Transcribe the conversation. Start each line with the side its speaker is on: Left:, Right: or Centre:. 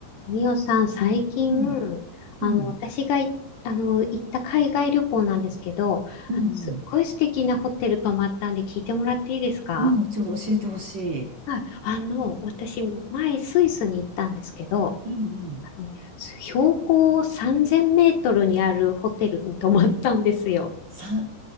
Left: みおさん、最近、
Right: うん、
Left: あの、
Right: うん、
Left: 私がい、あの、行った海外旅行なんですけど、
Right: うん、
Left: あの、
Right: うん。
Left: すっごい素敵なホテル泊まったんで聞いてもらっていいですか
Right: うん、ちょっと教えてほしい。
Left: はい。あの、私、前、スイスに行ったんですけど、
Right: うん、うん。
Left: あの、標高3000メートルにあるホテルに泊まったんですよ。
Right: 三、